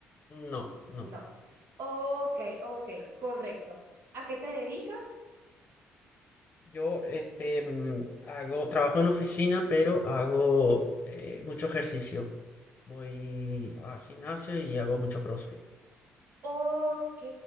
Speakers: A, on the left; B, on the right.
A: No, no.
B: No. Ok, ok, correcto. ¿A qué te dedicas?
A: Yo, este, mm, hago, trabajo en oficina, pero hago eh, mucho ejercicio. Voy al gimnasio y hago mucho CrossFit.
B: Ok,